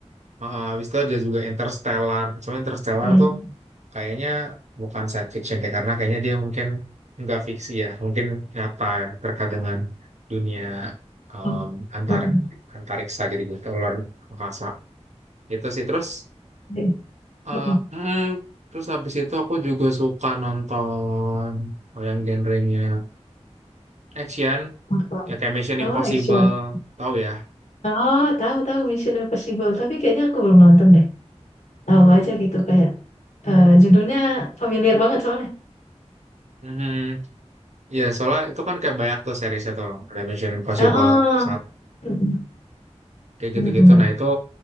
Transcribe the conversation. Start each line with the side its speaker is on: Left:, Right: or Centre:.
Right: eh, habis itu ada juga Interstellar. Cuma Interstellar
Left: Hmm.
Right: tuh kayaknya bukan science fiction deh karena kayaknya dia mungkin nggak fiksi ya mungkin nyata terkait dengan dunia um,
Left: Oh, mm,
Right: antarik
Left: mm.
Right: antariksa gitu gitu luar angkasa itu sih terus
Left: Oke.
Right: eh,
Left: Mm,
Right: mm, terus habis itu aku juga suka nonton oh, yang genrenya action
Left: mm.
Right: ya kayak Mission
Left: Oh,
Right: Impossible
Left: Action.
Right: tahu ya
Left: Oh, tahu tahu Mission Impossible, tapi kayaknya aku belum nonton deh. Tahu aja gitu kayak eh, judulnya familiar banget soalnya.
Right: Mhm. Iya, soalnya itu kan kayak banyak tuh seriesnya tuh. Ada Mission Impossible,
Left: Ah, ah.
Right: satu
Left: Mm-mm.
Right: kayak
Left: benar-benar.
Right: gitu-gitu. Nah, itu